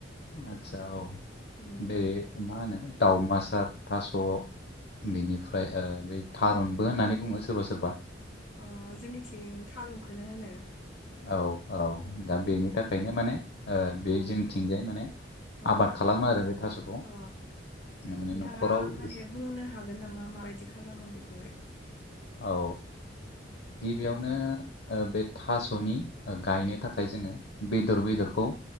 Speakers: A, on the left (about 60°); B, on the left (about 90°).
A: आदसा औ
B: उम
A: बे मा होनो दाउमासार थास' बेनिफ्राय बै थारुनबो होननानै बुङो सोरबा सोरबा।
B: अ जोंनिथिं थारुनखौनो होनो
A: औ औ
B: उम
A: दा बेनि थाखाय बेंखायनो माने ओ बे
B: अ
A: जोंथिंजाय माने
B: अ
A: आबाद खालामो आरो बे थास'खौ
B: अ
A: माने
B: नोंथाङा
A: न'खराव
B: माने
A: एसे-
B: बुंनो हागोन नामा माबायदि खालामो बेखौहाय?
A: औ गिबियावनो बे थासनि गायनो
B: उम
A: थाखाय जोङो बेदर बेदरखौ